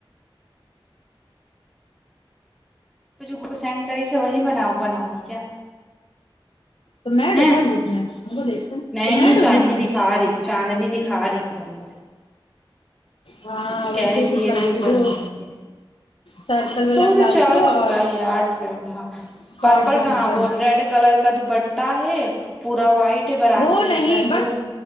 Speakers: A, in the centre; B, on the left (about 75°).
A: بگوں کو سینڈ کری سے وہی بنا بناؤ گی کیا
B: تو میںٹ
A: ہیں
B: کیا گروپ میں وہ دیکھ ت
A: نہیں
B: تو میںٹ
A: چاندنی
B: گروپ میں
A: دکھا رہی تھی چاندنی دکھا رہی تھی ہم کو
B: ہاں
A: وہ کہہ
B: ویسے
A: رہی تھی
B: پھر
A: یہ
B: بنائیں
A: سوٹ
B: گے
A: بنوائیں
B: جو
A: گے
B: سرکل والا
A: تو وہ تو
B: پلازو
A: چل
B: اور
A: چکا ہے یار ٹرینڈ ہاں
B: شارٹ
A: پرپل
B: جمپر
A: کا ہاں وہ ریڈ کلر کا دو ب تا ہے پورا وائٹ ہے بارات
B: وہ
A: کے لیے
B: نہیں
A: شاید وہ
B: بٹ
A: ہے